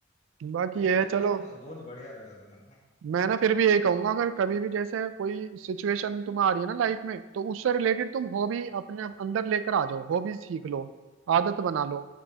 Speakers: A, on the right; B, on the left.
A: बाकी
B: पहले
A: ये है
B: का
A: चलो
B: गेम बहुत बढ़िया रहता था हाँ
A: मैं ना फिर भी यही कहूंगा अगर कभी भी जैसे कोई सिचुएशन तुम्हें आ रही है ना लाइफ में तो उससे रिलेटेड तुम हॉबी
B: हाँ
A: अपने
B: हाँ
A: आप
B: भाई
A: अंदर लेकर आ जाओ हॉबी सीख लो आदत बना लो